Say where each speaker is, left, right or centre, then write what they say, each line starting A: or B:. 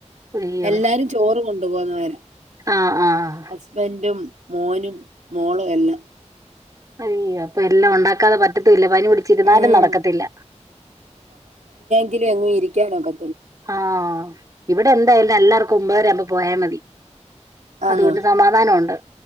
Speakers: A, on the right (about 30°); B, on the right (about 80°).
A: അയ്യോ
B: എല്ലാരും ചോറ് കൊണ്ടു പോകുന്നവരാ
A: ആഹ് ആഹ്
B: ഹസ്ബൻഡും മോനും മോളും എല്ലാം
A: അയ്യാ ഇപ്പ എല്ലാം ഉണ്ടാക്കാതെ പറ്റത്തില്ല പനി പിടിച്ചിരുന്നാലും
B: ഉം
A: നടക്കത്തില്ല
B: ങ്കിലും എങ്ങും ഇരിക്കാനൊക്കെ
A: ആ ഇവിടെ എന്തായാലും എല്ലാർക്കും ഒമ്പതര ആവുമ്പോ പോയാ മതി
B: ആന്നോ
A: അതുകൊണ്ട് സമാധാനം ഒണ്ട്